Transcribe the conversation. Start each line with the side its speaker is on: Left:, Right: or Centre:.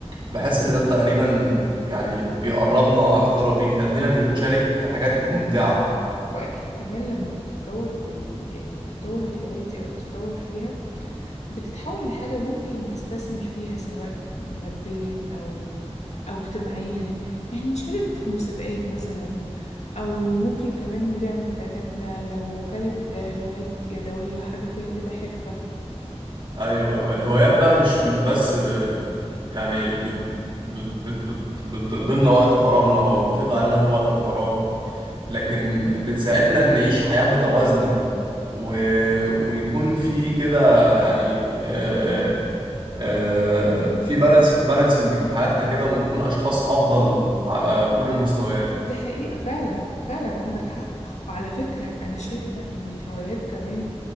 Right: بحس ان ده تقريبا يعني بيقربنا اكتر وبيخلينا نتشارك في حاجات ممتعه
Left: واكيد كمان لما بتتطور في ال... يعني بتطور الهواية دي او بتتطور فيها بتتحول لحاجة ممكن نستثمر فيها سواء ماديا او او اجتماعيا يعني نشارك في مسابقات مثلا او ممكن كمان نبيع منتجاتنا لو كانت هوايات يدوية حاجة فيها كده حرفة
Right: ايوه ايوه الهوايات بقى مش مش بس آه، يعني بت بت بت بت بتقضي لنا وقت فراغنا او بتقضي علينا في وقت الفراغ لكن بتساعدنا ان نعيش حياة متوازنة و... ويكون في كده يعني آه، آه، آه، في بالانس بالانسنج في حياتنا كده ونكون اشخاص افضل على كل المستويات
Left: دي حقيقة فعلا فعلا عندك حق وعلى فكرة أنا شايفة إن الهوايات كمان